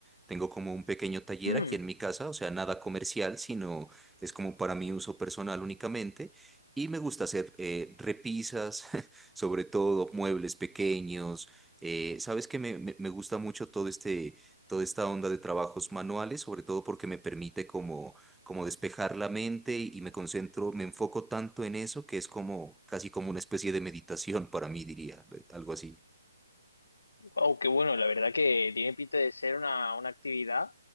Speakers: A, in the centre; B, on the left (about 75°).
A: Tengo como un pequeño taller
B: Mm,
A: aquí en mi casa, o sea, nada comercial, sino es como para mi uso personal únicamente. Y me gusta hacer eh, repisas, <laughs> sobre todo muebles pequeños. eh, sabes que me, me me gusta mucho todo este toda esta onda de trabajos manuales, sobre todo porque me permite como, como despejar la mente y me concentro, me enfoco tanto en eso que es como casi como una especie de meditación para mí, diría, algo así.
B: wow, qué bueno, la verdad que tiene pinta de ser una, una actividad